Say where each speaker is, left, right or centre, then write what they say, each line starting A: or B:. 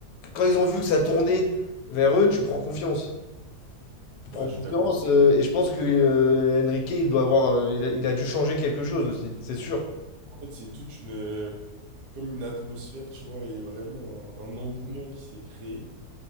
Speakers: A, on the left (about 85°); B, on the right (about 75°).
A: quand ils ont vu que ça tournait vers eux, tu prends confiance. Tu prends
B: Ouais,
A: confiance.
B: je suis d'accord.
A: euh, et je pense que euh, Enrique, il doit avoir, euh, il a, il a dû changer quelque chose aussi, c'est sûr.
B: En fait, c'est toute une. euh, Comme une atmosphère, tu vois, et vraiment un, un engouement qui s'est créé.